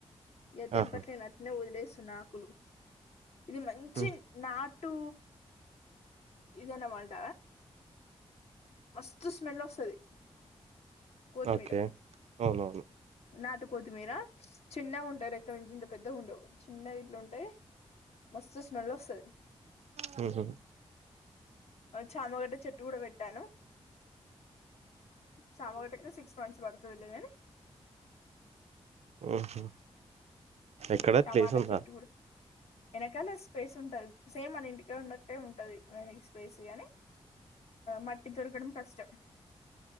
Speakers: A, on the left; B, on the right.
A: ఇగ తెంపట్ను
B: ఆహా!
A: నావుఊలే సునాకులు ఇది మంచి
B: హ్మ్.
A: నాటు ఇదన్న మాట మస్తు స్మెల్ వస్తది కోతిమీర
B: ఓకే. అవునవును.
A: నాటు కోతి మీర చిన్న ఉంట రాకాలు ఇంత ఇంత పెద్ద ఉండవు చిన్న ఇట్లు ఉంటాయి మస్తు స్మెల్ ఒస్తది
B: హుహు.
A: చామగడ్డ చెట్టు కూడా పెట్టాను చామగడ్డ సిక్స్ మంత్స్ పడుతుందిలే గని
B: హుహు. ఎక్కడ
A: టమాటా
B: ప్లేస్ ఉందా?
A: చెట్టు కూడా కానీ ఆది స్పేస్ ఉంటది సేమ్ అన ఇంటికా ఉన్నట్టే ఉంటది మ సుగానే మటి తొరుకడం కష్టం